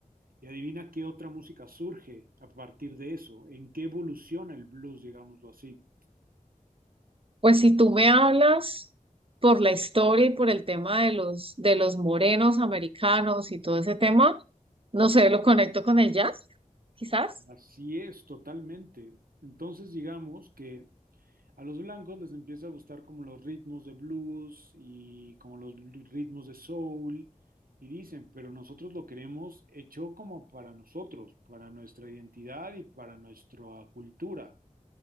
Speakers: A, on the right; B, on the right.
A: Y adivina qué otra música surge a partir de eso, en qué evoluciona el blues, digámoslo así.
B: Pues si tú me hablas por la historia y por el tema de los, de los morenos americanos y todo ese tema, no sé, lo conecto con el jazz, quizás.
A: Así es, totalmente. Entonces, digamos que A los blancos les empieza a gustar como los ritmos de blues y como los bl- ritmos de soul y dicen, pero nosotros lo queremos hecho como para nosotros, para nuestra identidad y para nuestra cultura.